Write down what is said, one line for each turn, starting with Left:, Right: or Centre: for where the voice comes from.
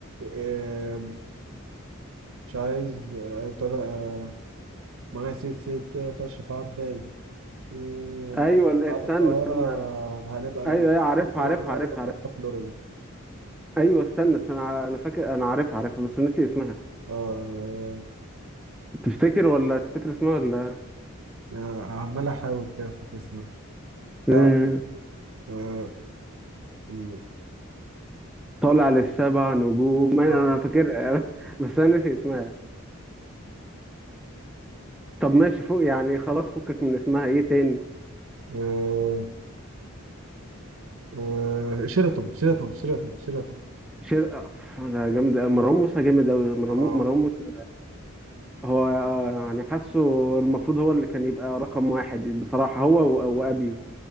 Right: آه، مش عايز آه، ابتدى آه، معايا ست ست آه، تشرف عباي آه،
Centre: ايوه لا،
Right: بعد
Centre: استنى
Right: القاهرة
Centre: استنى
Right: هنبقى
Centre: ايوه ايوه عارفها
Right: بعد الكورونا
Centre: عارفها
Right: هقلب
Centre: عارفها
Right: القاهرة
Centre: عارفها
Right: فلوريدا
Centre: ايوه استنى استنى انا فاكر انا عارفها عارفها بس ناسي اسمها
Right: آه،
Centre: تفتكر ولا تفتكر اسمها ولا
Right: آه، عمال احاول كده افتكر اسمها
Centre: آه،
Right: لا آه إيه،
Centre: طالع للسبع نجوم ما انا
Right: آه
Centre: فاكرها <laughs> بس انا ناسي اسمها طب ماشي فوق يعني خلاص فكك من اسمها ايه تاني
Right: آه آه شيراتون شيراتون شيراتون شيراتون
Centre: شر أف، انا جامد أوي. مروان موسى جامد قوي مروان
Right: اه
Centre: مو- مروان موسى هو آه، يعني حاسه المفروض هو اللي كان يبقى رقم واحد بصراحة هو و- وابيو